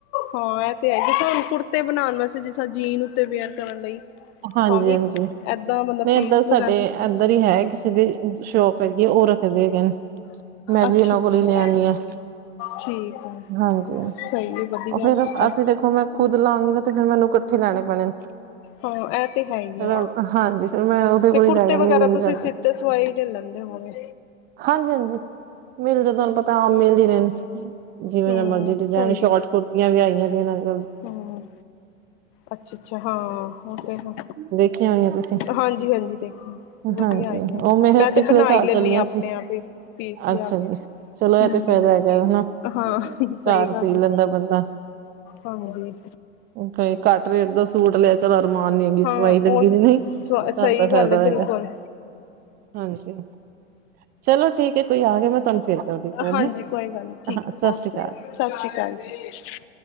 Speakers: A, on the left; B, on the right.
A: ਹਾਂ ਇਹ ਤੇ ਹੈ ਜ ਹੁਣ ਕੁੜਤੇ ਬਣਾਉਣ ਵੈਸੇ ਜਿਸ ਤਰਾਂ ਜੀਨ ਉੱਤੇ ਵਿਅਰ ਕਰਨ ਲਈ
B: ਹਾਂਜੀ
A: ਤਾਂ ਵੀ
B: ਹਾਂਜੀ,
A: ਏਦਾਂ ਮਤਲਬ
B: ਨਹੀਂ
A: ਪੀਸ
B: ਇਏਦਾਂ
A: ਵਗੈਰਾ
B: ਸਾਡੇ ਇਏਧਰ ਹੀ ਹੈ ਕਿਸੇ ਦੀ, ਸ਼ੋਪ ਹੈਗੀ ਹੈ ਉਹ ਰੱਖਦੇ ਹੈਗੇ ਨੇ। ਮੈਂ ਵੀ
A: ਅੱਛਾ
B: ਇਹਨਾਂ
A: ਅੱਛਾ
B: ਕੋਲ ਲਿਆਨੀਂ ਆ
A: ਠੀਕ। ਹੈ
B: ਹਾਂਜੀ,
A: ਸਹੀ ਹੈ ਵਧੀਆ
B: ਉਹ ਫੇਰ
A: ਫਿਰ
B: ਅਸੀਂ
A: ਤੇ
B: ਦੇਖੋ ਮੈਂ ਖੁੱਦ ਲਾਗੀ ਨਾ ਤੇ ਫਿਰ ਮੈਨੂੰ ਇਕੱਠੇ ਲੈਣੇ। ਪੈਣੇ,
A: ਹਾਂ ਇਹ ਤੇ ਹੈ ਹੀ
B: ਫੇਰ
A: ਹੈ
B: ਮੈਂ ਹਾਂਜੀ ਫੇਰ ਮੈਂ ਉਹਦੇ
A: ਤੇ
B: ਕੋਲ ਹੀ
A: ਕੁੜਤੇ
B: ਲੈ ਜਾਂਣੀ
A: ਵਗੈਰਾ
B: ਹ ਮਿਲ
A: ਤੁਸੀਂ
B: ਜਾਂਦੇ।
A: ਸਿੱਤੇ ਸਵਾਈ ਲੈ ਲੈਂਦੇ ਹੋ ਹੋਣੇ।
B: ਹਾਂਜੀ ਹਾਂਜੀ, ਮਿਲ ਜਾ ਤੁਹਾਨੂੰ ਪਤਾ ਹਾਂ ਮਿਲਦੀ ਰਹਿਣ ਜਿਵੇਂ
A: ਹਮ
B: ਦੇ ਮਰਜ਼ੀ ਡਿਜ਼ਾਇਨ
A: ਸਹੀ
B: ਸ਼ੋਟ
A: ਹੈ
B: ਕੁੁਰਤੀਆਂ ਵੀ ਆਈਆਂ ਦੇ ਨਾਲ-
A: ਹਮ, ਅੱਛਾ ਅੱਛਾ ਹਾਂ, ਉਹ ਤਾਂ ਨਾ
B: ਦੇਖੀਆਂ ਹੋਣੀਆਂ ਤੁਸੀਂ
A: ਹਾਂਜੀ ਹਾਂਜੀ ਦੇਖੋ, ਵਧੀਆ
B: ਹਾਂਜੀ
A: ਆਈ ਆ
B: ਉਹ ਮੇਰੇ
A: ਮੈਂ ਤੇ
B: ਪਿਛਲੇ
A: ਬਣਾਈ
B: ਸਾਲ
A: ਲੈਂਦੀ
B: ਚਲੀਆਂ
A: ਹਾਂ ਆਪਣੇ
B: ਸੀ
A: ਆਪ ਹੀ। ਪੀਸ ਲਿਆ
B: ਅੱਛਾ
A: ਕੇ
B: ਜੀ ਚਲੋ
A: ਹਮ
B: ਇਹ ਤੇ ਫਾਇਦਾ ਹੈਗਾ ਹਨਾ।
A: ਹਾਂ ਸਹੀ
B: ਘਰ
A: ਗੱਲ
B: ਸੀ ਲੈਂਦਾ
A: ਹੈ।
B: ਬੰਦਾ
A: ਹਾਂਜੀ।
B: ਕਈ ਘੱਟ ਰੇਟ ਦਾ ਸੂਟ ਲਿਆ ਚਲੋ ਅਰਮਾਨ ਨੀ
A: ਹਾਂ
B: ਦਵਾਈ ਲੱਗੀ
A: ਉਹੀ
B: ਨ ਨਹੀਂ
A: ਸ
B: ਤੁਹਾਨੂੰ
A: ਸਹੀ
B: ਤਾਂ ਫਾਇਦਾ
A: ਗੱਲ ਹੈ
B: ਹੋਏਗਾ।
A: ਬਿਲਕੁਲ
B: ਹਾਂਜੀ ਚਲੋ ਠੀਕ ਹੈ ਕੋਈ ਆ ਗਿਆ ਮੈਂ ਤੁਹਾਨੂੰ। ਫਿਰ ਤੁਹਾਡੇ ਕੋਲ
A: ਹਾਂਜੀ
B: ਹੈ
A: ਕੋਈ ਗੱਲ ਨਹੀਂ ਠੀਕ
B: ਹਾਂ
A: ਹੈ
B: ਸਤਿ
A: ਓਕੇ
B: ਸ੍ਰੀ ਅਕਾਲ ਜੀ।
A: ਸਤਿ ਸ਼੍ਰੀ ਅਕਾਲ ਜੀ।